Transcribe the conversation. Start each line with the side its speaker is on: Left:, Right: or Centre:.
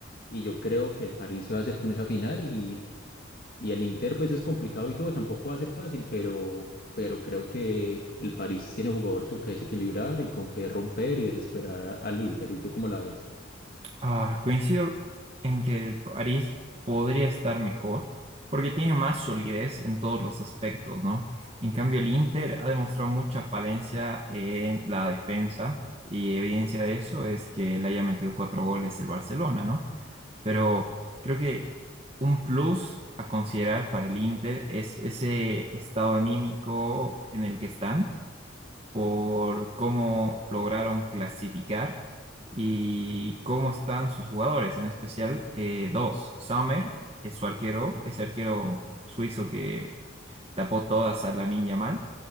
Left: y yo creo que el París se va a hacer con esa final y, y el Inter pues es complicado y todo, tampoco va a ser fácil, pero, pero creo que el París tiene jugadores con que desequilibrar y con que romper y desesperar a- al Inter. ¿Y tú cómo la ves?
Right: Ah, coincido en que el París podría estar mejor porque tiene más solidez en todos los aspectos, ¿no? En cambio, el Inter ha demostrado mucha falencia en la defensa y evidencia de eso es que le haya metido cuatro goles el Barcelona, ¿no? Pero creo que un plus a considerar para el Inter es ese estado anímico en el que están por cómo lograron clasificar y cómo están sus jugadores, en especial eh, dos, Sommer, es su arquero, ese arquero suizo que tapó todas a Lamine Yamal,